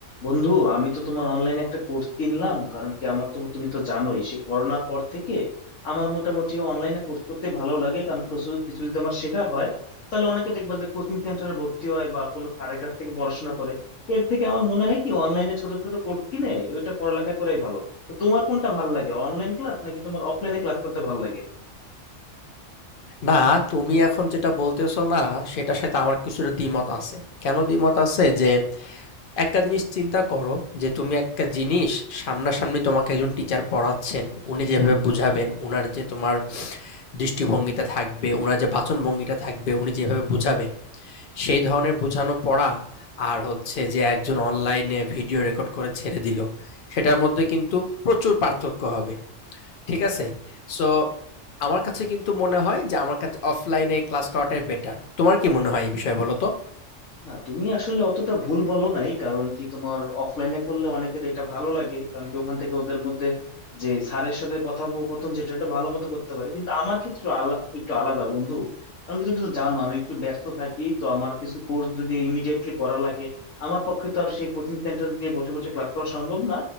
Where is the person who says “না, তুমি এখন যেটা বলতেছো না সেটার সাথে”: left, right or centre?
Left